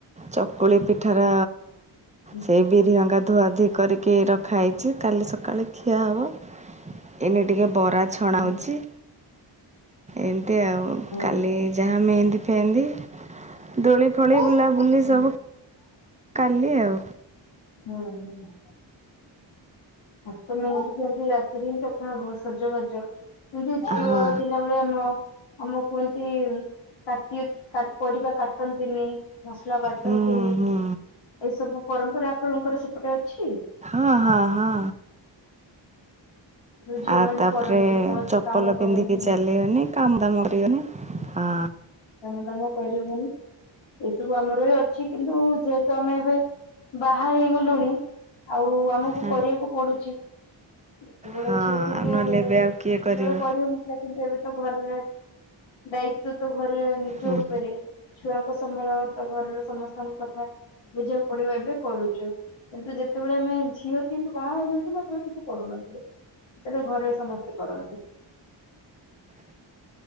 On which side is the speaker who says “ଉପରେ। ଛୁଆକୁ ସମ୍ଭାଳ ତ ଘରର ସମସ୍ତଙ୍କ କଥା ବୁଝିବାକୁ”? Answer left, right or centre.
Left